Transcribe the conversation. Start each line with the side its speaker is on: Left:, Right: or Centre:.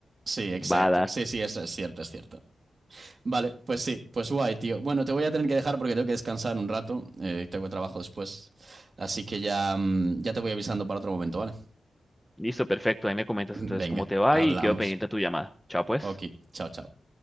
Right: Sí, exacto.
Centre: badass.
Right: Sí, sí, eso es cierto, es cierto. Vale, pues sí, pues guay, tío. Bueno, te voy a tener que dejar porque tengo que descansar un rato. eh, tengo trabajo después. Así que ya, mm, ya te voy avisando para otro momento, ¿vale?
Centre: Listo, perfecto. Ahí me comentas
Right: <laughs>
Centre: entonces
Right: Venga,
Centre: cómo te va
Right: hablamos.
Centre: y quedo pendiente de tu llamada. Chao, pues.
Right: Ok, chao, chao.